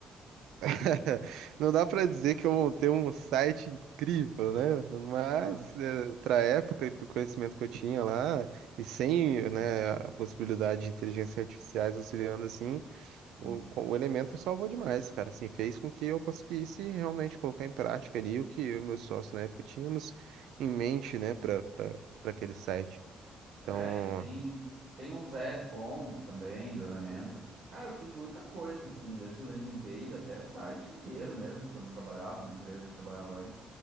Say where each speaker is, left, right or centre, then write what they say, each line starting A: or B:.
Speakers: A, on the right; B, on the right.
A: <laughs> não dá pra dizer que eu montei um site incrível, né? Mas
B: é,
A: é, pra época e pro conhecimento que eu tinha lá, e sem, né, a possibilidade de inteligência artificiais auxiliando assim.
B: sim.
A: O, co- o elemento salvou demais, cara. Assim, fez com que eu conseguisse realmente colocar em prática ali o que eu e meus sócios na época tínhamos em mente, né, para para aquele site.
B: É,
A: Então,
B: e tem, tem uns add-ons também do Elemento. Cara, eu fiz muita coisa, assim, desde landing page até site inteiro mesmo, quando eu trabalhava na empresa que eu trabalhava antes.